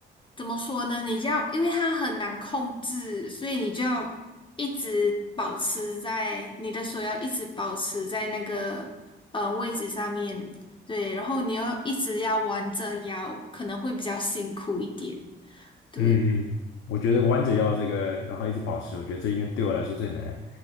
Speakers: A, on the left (about 25°); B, on the left (about 85°).
A: 怎么说呢？你要，因为它很难控制，所以你就要一直保持在你的手要一直保持在那个呃位置上面，对，然后你又一直要弯着腰，可能会比较辛苦一点，对，
B: 嗯嗯，我觉得弯着腰这个，然后一直保持，我觉得这应该对我来说最难，